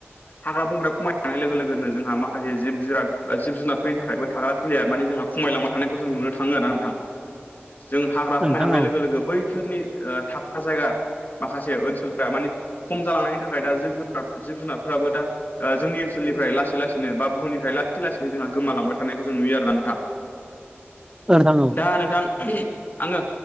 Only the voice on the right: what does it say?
नोंथां
औ
औ नोंथां औ